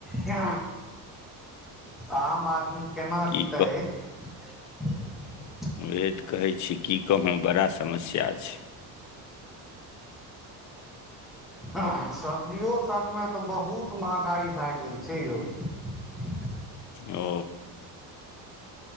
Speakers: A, in the centre; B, on the left.
A: ह आम आदमी केना
B: की
A: जितै <unintelligible>
B: वएह त कहै छी की कहूँ बड़ा समस्या छै
A: हँ सब्जियौ सब मे त बहुत महंगाई भय गेल <unintelligible>
B: ओ